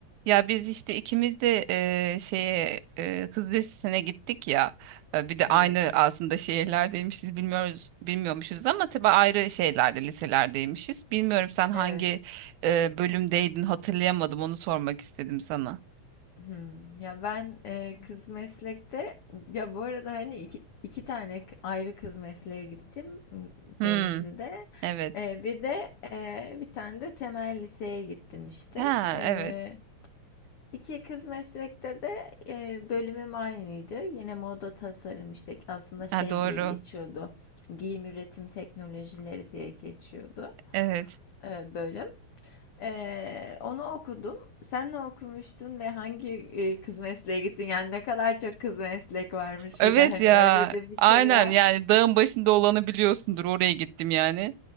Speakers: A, on the right; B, on the left.
A: Ya biz işte ikimiz de eee, şeye eee, Kız Lisesi'ne gittik ya. E, bir de
B: Evet.
A: aynı aslında şehirlerdeymişiz bilmiyoruz bilmiyormuşuz ama tabii ayrı şeylerde liselerdeymişiz. Bilmiyorum sen hangi
B: Evet.
A: eee, bölümdeydin hatırlayamadım onu sormak istedim sana.
B: Hmm. Ya ben e, kız meslekte ya bu arada hani iki, iki tane k- ayrı kız mesleğe gittim m,
A: Hmm,
B: Denizli'de.
A: evet.
B: E, bir de e, bir tane de temel liseye gittim işte.
A: Ha
B: E,
A: evet.
B: iki kız meslekte de e, bölümüm aynıydı. Yine moda tasarım işte aslında şey
A: Ha doğru.
B: diye geçiyordu. Giyim üretim teknolojileri diye geçiyordu.
A: Evet.
B: e, bölüm. E, onu okudum. Sen ne okumuştun ve hangi e, kız mesleğe gittin? Yani ne kadar çok kız meslek varmış
A: Evet
B: bir de hani
A: ya.
B: öyle de bir şey
A: Aynen
B: var.
A: yani dağın başında olanı biliyorsundur oraya gittim yani.